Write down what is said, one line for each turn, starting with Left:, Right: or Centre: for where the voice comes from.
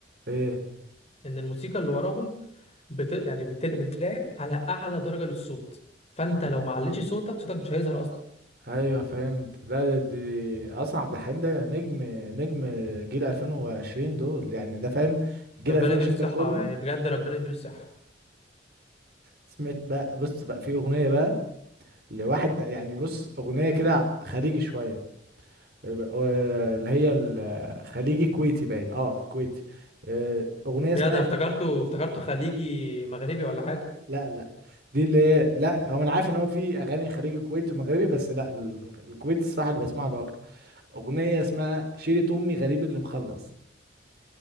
Right: إيه؟
Left: ان الموسيقى اللي وراهم بت... يعني بتل... بتتلعب على اعلى درجه للصوت فانت
Right: آه
Left: لو ما عليتش صوتك صوتك مش هيظهر اصلا
Right: أيوه فهمت لا ده دي أصلا عبد الحليم ده نجم نجم جيل 2020 دول يعني ده فاهم جيل
Left: ربنا
Right: 2020
Left: يديله الصحه
Right: ده كله
Left: يعني بجد ربنا يديله الصحه
Right: سمعت بقى بص بقى في أغنية بقى لواحد يعني بص أغنية كده خليجي شوية يبقى- آه، اللي هي الخليجي كويتي باين اه كويتي آه، اغنيه
Left: يا
Right: اسمها
Left: ده أنا افتكرته افتكرته خليجي مغربي ولا حاجه
Right: لا لا دي اللي هي لا هو انا عارف ان هو في اغاني خليجي كويتي ومغربي بس لا ال- ال- الكويتي الصراحه اللي بسمع له اكتر اغنيه اسمها شيرة امي غريب اللي مخلص